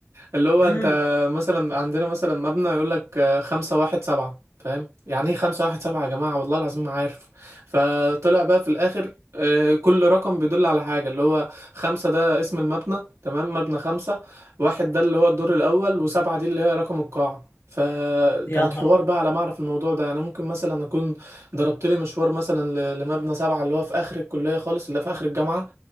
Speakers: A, on the right; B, on the left.
A: اللي هو
B: امم
A: انت مثلا عندنا مثلا مبنى يقول لك خمسة واحد سبعة فاهم يعني ايه خمسة واحد سبعة يا جماعة والله العظيم ما عارف فطلع بقى في الآخر آه، كل رقم بيدل على حاجة اللي هو خمسة ده اسم المبنى تمام مبنى خمسة واحد ده اللي هو الدور الأول وسبعة دي اللي هي رقم القاعة فكانت
B: يا نهار
A: حوار
B: أبيض.
A: بقى على ما اعرف الموضوع ده يعني ممكن مثلا اكون ضربت لي مشوار مثلا ل- لمبنى سبعة اللي هو في اخر الكلية خالص اللي في اخر الجامعة